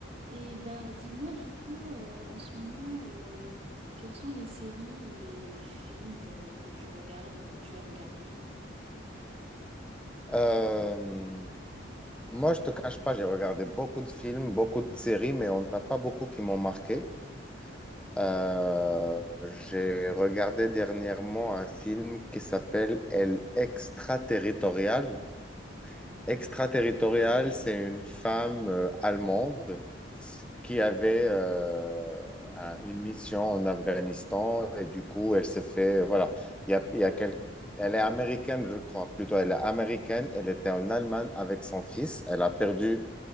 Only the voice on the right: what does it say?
Et bah dis-moi du coup euh, en ce moment euh, quelles sont les séries ou les films euh, que tu regardes ou que tu as regardé?